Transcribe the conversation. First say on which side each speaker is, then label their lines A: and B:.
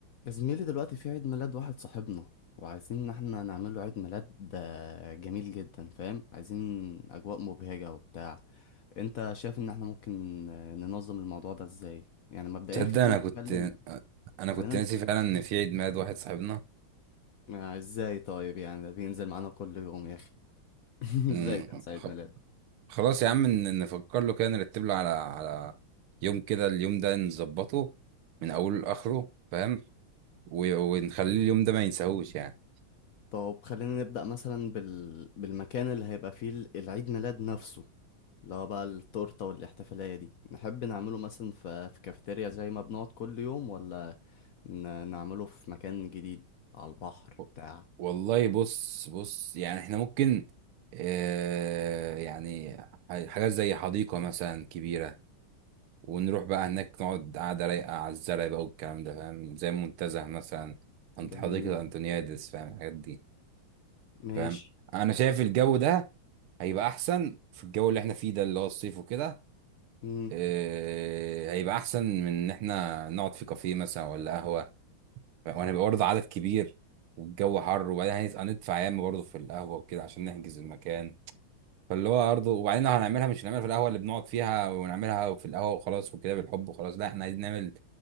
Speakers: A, on the left; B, on the right.
A: يا زميلي دلوقتي في عيد ميلاد واحد صاحبنا وعايزين ان احنا نعمله عيد ميلاد آه، جميل جدا فاهم عايزين اجواء مبهجة وبتاع انت شايف ان احنا ممكن آه، ننظم الموضوع ده ازاي يعني مبدئيا
B: تصدق
A: خلينا
B: انا كنت
A: نتكلم
B: انا
A: خلينا
B: كنت
A: نت-
B: ناسي فعلا ان في عيد ميلاد واحد صاحبنا
A: آه، ازاي طيب يعني ده بينزل معانا كل يوم يا اخي <laughs>
B: مم.
A: ازاي تنسى عيد
B: خ-
A: ميلاد
B: خلاص يا عم ن- نفكر له كده نرتب له على على يوم كده اليوم ده نظبطه من اوله لاخره فاهم و- ونخليه اليوم ده ما ينساهوش يعني
A: طب خلينا نبدأ مثلا بال... بالمكان اللي هيبقى فيه ال- العيد ميلاد نفسه اللي هو بقى التورتة والاحتفالية دي نحب نعمله مثلا في, في كافيتيريا زي ما بنقعد كل يوم ولا ن... نعمله في مكان جديد على البحر
B: و-
A: بتاع
B: والله بص بص يعني احنا ممكن آه يعني ح- حاجات زي حديقة مثلا كبيرة ونروح بقى هناك نقعد قعدة رايقة على الزرع بقى والكلام ده فاهم زي منتزه مثلا عند
A: جميل
B: حديقة أنتونيادس فاهم الحاجات دي
A: ماشي
B: فاهم أنا شايف الجو ده هيبقى أحسن في الجو اللي احنا فيه ده اللي هو الصيف وكده
A: مم.
B: إيه هيبقى أحسن من إن احنا نقعد في كافيه مثلا ولا قهوة وهنبقى برضه عدد كبير والجو حر وبعدين هندفع ياما برضه في القهوة وكده عشان نحجز المكان فاللي هو برضه وبعدين لو هنعملها مش هنعملها في القهوه اللي بنقعد فيها ونعملها في القهوه وخلاص وكده بالحب وخلاص لا احنا عايزين نعمل